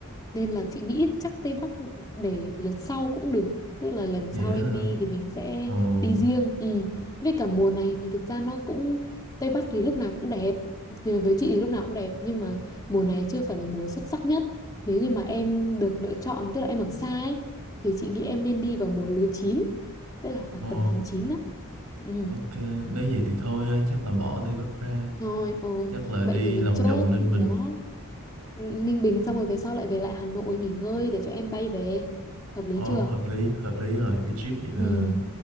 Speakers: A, on the left (about 15°); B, on the right (about 85°).
A: nên là chị nghĩ chắc Tây Bắc để lượt sau cũng được tức là lần
B: vậy
A: sau
B: á
A: em
B: hả?
A: đi thì mình sẽ
B: Ồ,
A: đi riêng ừ. với cả mùa này thì thực ra nó cũng Tây Bắc thì lúc nào cũng đẹp với chị thì lúc nào cũng đẹp nhưng mà mùa này chưa phải là mùa xuất sắc nhất nếu như mà em được lựa chọn, tức là em ở xa ấy, thì chị nghĩ em nên đi vào mùa lúa chín, tức là khoảng
B: ồ,
A: tầm tháng 9 đó Ừ,
B: ok nếu vậy thì thôi ha, chắc là bỏ Tây Bắc ra,
A: thôi, ừ.
B: chắc là
A: Vậy
B: đi
A: thì mình
B: lòng
A: chốt
B: vòng Ninh Bình.
A: đó. Ninh Bình xong rồi về sau lại về lại Hà Nội nghỉ ngơi để cho em bay về. Hợp lý
B: Ồ,
A: chưa?
B: hợp lý, hợp lý rồi, cái trip vậy là
A: Ừ.